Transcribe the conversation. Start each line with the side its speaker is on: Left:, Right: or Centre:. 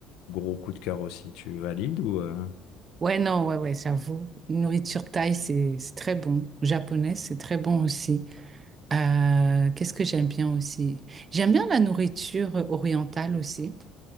Left: gros coup de cœur aussi. Tu valides ou euh
Right: Ouais, non, ouais, ouais, j'avoue. Nourriture thaï, c'est c'est très bon. Japonaise, c'est très bon aussi. Euh, qu'est-ce que j'aime bien aussi? J'aime bien la nourriture orientale aussi.